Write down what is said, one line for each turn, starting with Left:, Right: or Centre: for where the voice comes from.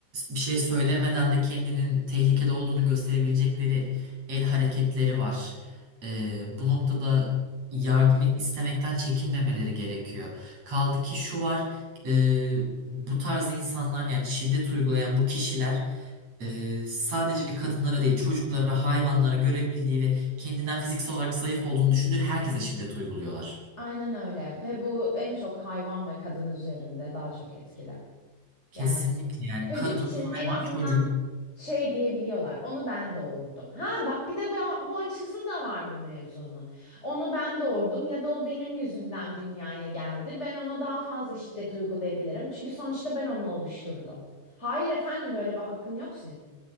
Right: bir şey söylemeden de kendinin tehlikede olduğunu gösterebilecekleri el hareketleri var. Eee, bu noktada yardımı istemekten çekinmemeleri gerekiyor. Kaldı ki şu var, eee, bu tarz insanlar yani şiddet uygulayan bu kişiler eee, sadece kadınlara değil çocuklara, hayvanlara görebildiği ve kendinden fiziksel olarak zayıf olduğunu düşündüğü herkese şiddet uyguluyorlar.
Left: Aynen öyle ve bu en çok hayvan ve kadın üzerinde daha çok etkili.
Right: Kesinlikle
Left: Yani
Right: yani
Left: çocuk
Right: kadın,
Left: için
Right: hayvan,
Left: en azından
Right: çocuk.
Left: şey diyebiliyorlar. Onu ben doğurdum. Ha bak bir de bu, bu açısı da var bu mevzunun. Onu ben doğurdum ya da o benim yüzümden dünyaya geldi. Ben ona daha fazla şiddet uygulayabilirim. Çünkü sonuçta ben onu oluşturdum. Hayır efendim böyle bir hakkın yok senin.